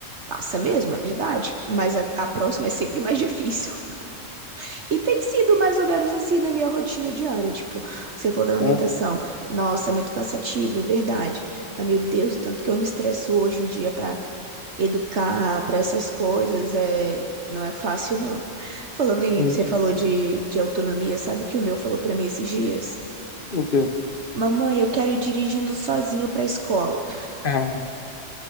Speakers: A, on the right; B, on the left.
A: passa mesmo, é verdade, mas a, a próxima é sempre mais difícil. <laughs> E tem sido mais ou menos assim na minha rotina diária, tipo, se for da amamentação,
B: Ah,
A: nossa, é muito cansativo, verdade. Mas meu Deus, o tanto que eu me estresso hoje em dia pra educar, pra essas coisas, é não é fácil não. Falando em,
B: uhum.
A: você falou de, de autonomia, sabe o que o meu falou pra mim esses dias?
B: O quê?
A: Mamãe, eu quero ir dirigindo sozinho pra escola.
B: Ah,